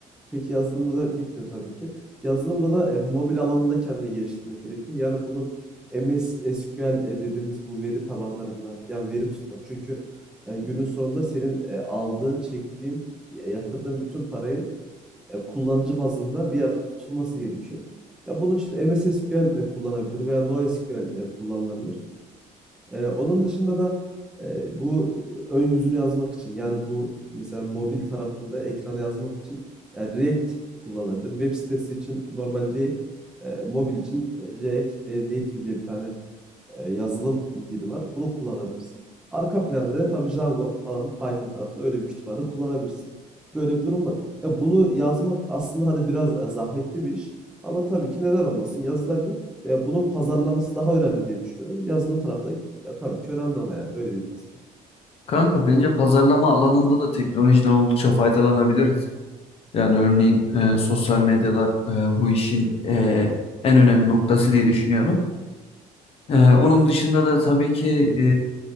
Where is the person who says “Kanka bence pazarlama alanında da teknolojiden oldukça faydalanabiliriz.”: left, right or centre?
Left